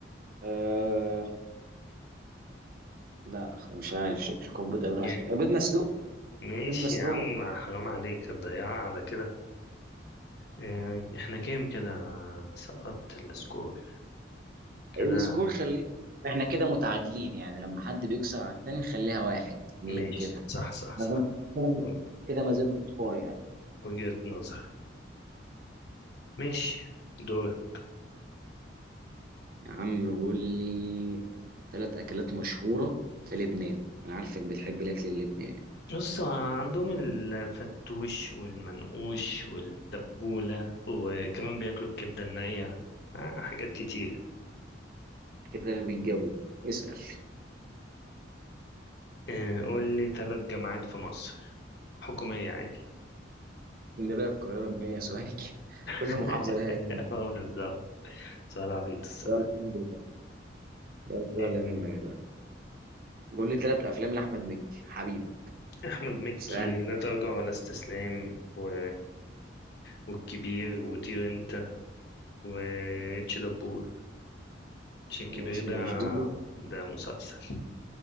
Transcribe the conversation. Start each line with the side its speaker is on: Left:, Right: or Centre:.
Right: آه لا مش عارف شكشوكه وبيض عيون
Left: يا
Right: اخر آه، بيض مسلوق
Left: ماشي
Right: بيض مسلوق
Left: يا عم حرام عليك هتضيعها على كده آه، احنا كام كده انا سقطت السكور كده
Right: السكور خليه احنا كده متعادلين يعني لما حد بيكسر على التاني نخليها واحد اتنين
Left: ماشي
Right: كده
Left: صح صح
Right: ما
Left: صح
Right: زال- كده
Left: و-
Right: كده ما زال سكور يعني
Left: وجهة نظر ماشي دور
Right: يا عم قول لي ثلاث أكلات مشهورة في لبنان أنا عارفك بتحب الأكل اللبناني
Left: بص عندهم الفتوش والمنقوش والتبولة وكمان بياكلوا الكبدة النية آه، حاجات كتير
Right: كده بالجو اسأل
Left: آه، قول لي ثلاث جامعات في مصر حكومية عادي
Right: اسكندرية القاهرة بمية سوهاج <laughs>
Left: <laughs>
Right: كل محافظة لها نجم.
Left: اه بالظبط سؤال عبيط الصراحة
Right: سؤال سهل سؤال سهل
Left: آه،
Right: منك ده قول لي ثلاث أفلام لأحمد مكي حبيبة
Left: أحمد مكي
Right: سهل
Left: لا تراجع ولا استسلام و... والكبير وطير انت واتش دبور عشان الكبير
Right: خلاص
Left: ده
Right: ماشي قول لي
Left: ده مسلسل